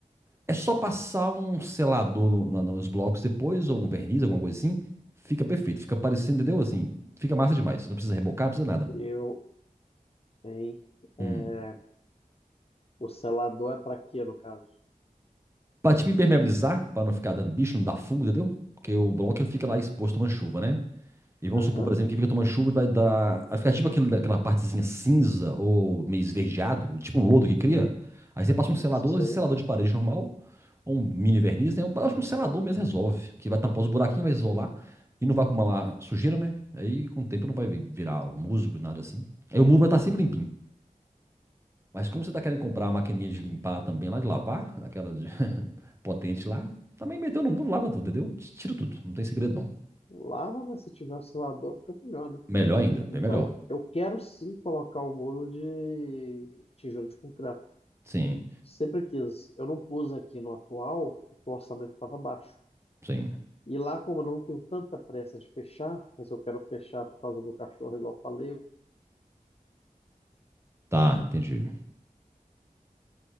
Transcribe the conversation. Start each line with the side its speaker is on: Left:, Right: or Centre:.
Right: É só passar um selador no- na- nos blocos depois, ou um verniz, alguma coisa assim. Fica perfeito. Fica parecendo, entendeu? Assim, fica massa demais. Não precisa rebocar, não precisa nada.
Left: Eu, hein? É,
Right: Hum.
Left: o selador é para quê, no caso?
Right: Pra tipo impermeabilizar, pra não ficar dando bicho, não dar fungo, entendeu? Porque o bloco ele fica lá exposto tomando chuva, né? E vamos
Left: Aham.
Right: supor, por exemplo, que fica tomando chuva e vai dar. Vai ficar tipo aquele- aquela partezinha cinza ou meio esverdeado, tipo um lodo que cria. Aí você passa um selador,
Left: Você
Right: esse selador de parede normal, um mini verniz, né? Eu acho que um selador mesmo resolve. Que vai tampar os buraquinhos, vai isolar e não vai acumular sujeira, né? Aí com o tempo não vai virar musgo, nada assim. Aí o muro vai estar sempre limpinho. Mas como você tá querendo comprar a maquininha de limpar também lá, de lavar, aquela de- <laughs> potente lá, também meteu no muro, lava tudo, entendeu? Tira tudo, não tem segredo não.
Left: lava, mas se tiver o selador, fica melhor, né?
Right: Melhor ainda,
Left: Então,
Right: bem melhor.
Left: eu quero sim colocar o muro de tijolo de concreto.
Right: Sim,
Left: Sempre quis. Eu não pus aqui no atual, porque o orçamento estava baixo.
Right: sim.
Left: E lá, como eu não tenho tanta pressa de fechar, mas eu quero fechar por causa do cachorro, igual eu falei,
Right: Tá, entendi.